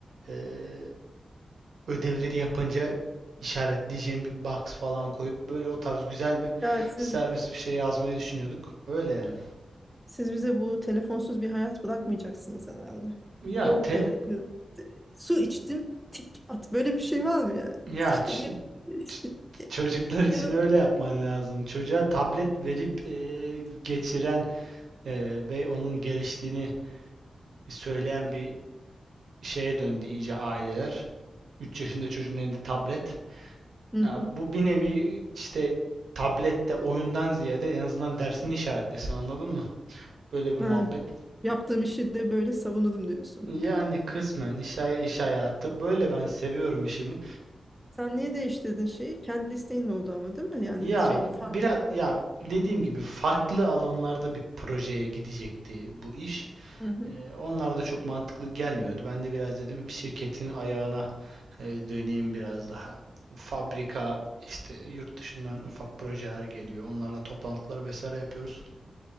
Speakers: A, on the right; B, in the centre.
A: eee, ödevleri yapınca işaretleyeceğim bir box falan koyup böyle o tarz güzel bir
B: Yani siz
A: servis bir şey yazmayı düşünüyorduk. Öyle yani.
B: siz bize bu telefonsuz bir hayat bırakmayacaksınız herhalde.
A: Ya
B: Yok
A: tel
B: yani. Su içtim, tik at. Böyle bir şey var mı ya?
A: ya
B: İşte
A: ç-
B: ye <laughs>
A: ç- çocuklar için
B: ya da
A: öyle yapman lazım. Çocuğa tablet verip eee, geçiren Ee, ve onun geliştiğini söyleyen bir şeye döndü iyice aileler. üç yaşında çocuğun elinde tablet.
B: Hı
A: Ya
B: hı.
A: bu bir nevi işte tablette oyundan ziyade en azından dersini işaretlesin anladın mı? Böyle bir muhabbet.
B: Ha, Yaptığım işi de böyle savunurum diyorsun.
A: Yani kısmen iş, hay- iş hayatı böyle ben seviyorum işimi.
B: Sen niye değiştirdin şeyi? Kendi isteğin oldu ama değil mi? Yani
A: Ya
B: şey
A: biraz
B: fark.
A: ya dediğim gibi farklı alanlarda bir projeye gidecekti bu iş.
B: Hı hı.
A: Ee, onlar da çok mantıklı gelmiyordu. Ben de biraz dedim şirketin ayağına e, döneyim biraz daha. Fabrika işte yurt dışından ufak projeler geliyor. Onlarla toplantılar vesaire yapıyoruz.